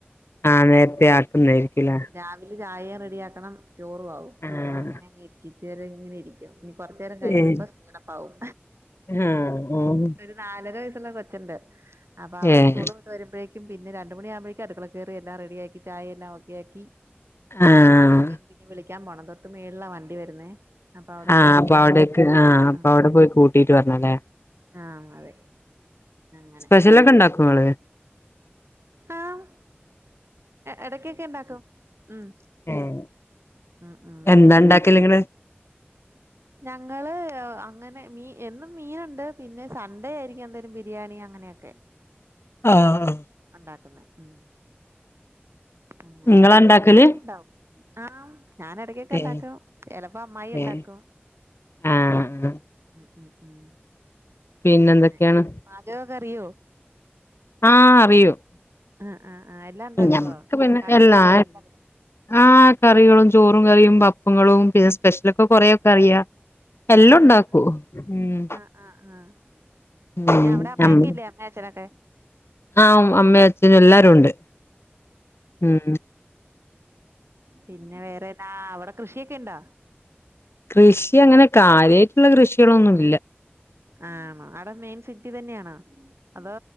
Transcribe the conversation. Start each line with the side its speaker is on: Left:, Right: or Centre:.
Left: ആഹ് നേരത്തെ ആക്കുന്നായിരിക്കുംല്ലേ
Right: ഗ്യാ സില് ചായയും റെഡിയാക്കണം ചോറു ആകും
Left: ആഹ്
Right: അപ്പൊ അങ്ങനെ അങ്ങ് ഇരിക്കും ഉച്ചരെഇങ്ങനെ ഇരി ക്കും ഇനി കൊറച്ച് നേരം കഴിയുമ്പ
Left: ഏഹ്
Right: സ്പീഡപ്പാവും.
Left: ആഹ് ആഹ്
Right: ഒര് നാലര വയസുള്ള കൊച്ചെണ്ട് അപ്പ അവൻ
Left: ഏഹ്
Right: സ്കൂള് വി ട്ടു വരുമ്പഴേക്കും പിന്നെ രണ്ട് മണിയാവുമ്പഴേക്കും അടുക്കളെ കയറി എല്ലാം റെഡിയാക്കി ചായെല്ലാം ഓക്കെയാക്കി.
Left: ആഹ്
Right: അങ്ങനെ പിന്നെ വിളിക്കാൻ പോണം തൊട്ട് മേളിലാ വണ്ടി വരുന്നേ. അപ്പൊ അവിടം
Left: ആഹ്
Right: വരെ
Left: അപ്പൊ
Right: പോയി
Left: അവിടക്ക് ആഹ്
Right: വേണം
Left: അപ്പൊ
Right: ആ
Left: അവിടെ പോയി കൂട്ടീട്ട് വരണല്ലേ?
Right: ആഹ് അതെ. അങ്ങനെ
Left: സ്പെഷ്യലൊക്കെ ഇണ്ടാക്കോ നിങ്ങള്?
Right: ആഹ് എടക്കക്കെ ഇണ്ടാക്കും ഉം.
Left: ഉം
Right: ഉം ഉം
Left: എന്താ എണ്ടാക്കല് നിങ്ങള്?
Right: ഞങ്ങള് അങ്ങനെ മീ എന്നും മീനുണ്ട് പിന്നെ സൺഡേ ആയിരിക്കും എന്തെങ്കിലും ബിരിയാണി അങ്ങനെയൊക്കെ.
Left: ആഹ്
Right: ഒണ്ടാക്കുന്നേ ഉം അങ്ങനെ
Left: ഇങ്ങളാ
Right: പിന്നെ
Left: ഇണ്ടാക്കല്
Right: മീനെന്നും ഉണ്ടാവും. ആഹ് ഞാന് എടക്കൊക്കെ
Left: ഏഹ്
Right: ഇണ്ടാക്കും ചിലപ്പോ അമ്മായി എണ്ടാക്കും.
Left: ഏഹ് ആഹ് ആഹ്
Right: ഇഹ് ഇഹ് ഇം
Left: പിന്നെ
Right: അങ്ങനെ
Left: എന്തൊക്കെയാണ്
Right: പാ ചകോക്കെ അറിയോ
Left: ആഹ് അറിയും
Right: ആഹ് ആഹ് ആഹ് എല്ലാം ഉണ്ടാക്കുവോ
Left: ഞമ്മക്ക് പിന്നെ
Right: കറികള്
Left: എല്ലാ
Right: എല്ലാം കിട്ടും
Left: ആഹ് കറികളും ചോറും കറിയും പപ്പങ്ങളും പിന്നെ സ്പെഷ്യലൊക്കെ കൊറേയൊക്കെ അറിയാ എല്ലാം
Right: ആഹ്
Left: ഉണ്ടാക്കൂ ഉം.
Right: ആഹ് ആഹ് പിന്നെ
Left: ഉം
Right: അവിടെ അമ്മയൊക്കെ
Left: നമ്മ
Right: ഇല്ലേ അമ്മ അഛനൊക്കെ?
Left: ആഹ് അമ്മെ അച്ഛനും എല്ലാരും ഉണ്ട് ഉം
Right: പിന്നെ വേറെ എന്നാ അവിടെ കൃഷിയൊക്കെ ഇണ്ടോ?
Left: കൃഷി അങ്ങനെ കാര്യായിട്ടുള്ള കൃഷികളൊന്നുല്ല.
Right: ആണോ അവിടെ മെയിൻ സിറ്റി തന്നെയാണോ അതോ